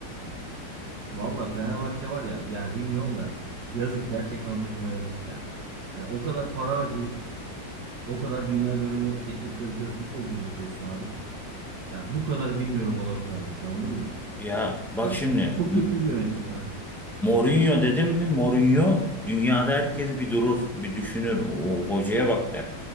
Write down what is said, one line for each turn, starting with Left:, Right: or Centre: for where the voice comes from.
Right: Valla Fenerbahçe var ya yani bilmiyorum da yazık gerçekten o takıma yazık ya. Hani o kadar para harcayıp o kadar dünya ünlü teknik direktör futbolcu getiriyorsun abi. Ya bu kadar bilmiyorum olabilir ancak anladın mı?
Centre: Ya bak
Right: Hani
Centre: şimdi
Right: çok kötü bir yönetim ya.
Centre: Mourinho dedim mi? Mourinho dünyada herkes bir durur, bir düşünür. O hocaya bak der.